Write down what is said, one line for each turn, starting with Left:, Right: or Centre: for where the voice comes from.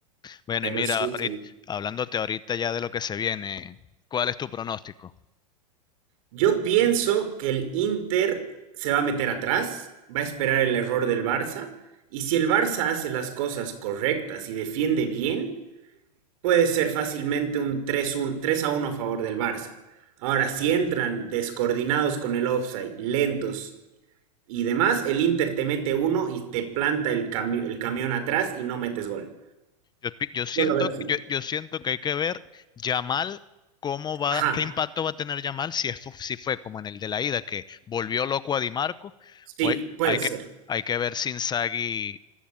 Left: Bueno,
Right: Pero
Left: y mira,
Right: sí,
Left: ahorit-
Right: sí.
Left: hablándote ahorita ya de lo que se viene, ¿cuál es tu pronóstico?
Right: Yo pienso que el Inter se va a meter atrás, va a esperar el error del Barça y si el Barça hace las cosas correctas y defiende bien, puede ser fácilmente un tres un, 3 a uno a favor del Barça. Ahora, si entran descoordinados con el offside, lentos, y demás, el Inter te mete uno y te planta el, cami- el camión atrás y no metes gol.
Left: Yo, pi- yo siento,
Right: Yo lo veo así.
Left: que- yo, yo siento que hay que ver Yamal, cómo va,
Right: Ajá,
Left: qué impacto va a tener Yamal si, es, fu- si fue como en el de la ida, que volvió loco a Di Marco,
Right: sí,
Left: o hay,
Right: puede
Left: hay que,
Right: ser.
Left: hay que ver si Inzaghi